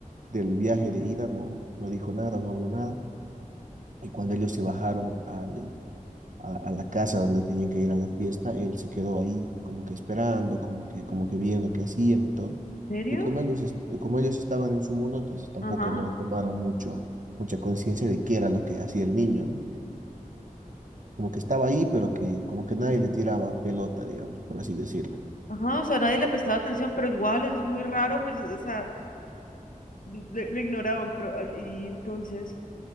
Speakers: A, on the right; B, on the left.
A: del viaje de ida no, no dijo nada, no habló nada. Y cuando ellos se bajaron al, a, a la casa donde tenían que ir a la fiesta, él se quedó ahí como que esperando, como que, como que viendo qué hacían y todo.
B: ¿En serio?
A: Y como ellos, est- como ellos estaban en su mundo, entonces tampoco
B: Ajá,
A: no tomaron mucho, mucha conciencia de qué era lo que hacía el niño, ¿no? como que estaba ahí, pero que como que nadie le tiraba pelota, digamos, por así decirlo.
B: ajá, o sea, nadie le prestaba atención, pero igual es muy raro, pues, o sea, li- lo, lo ignoraban, pero, ah, y entonces,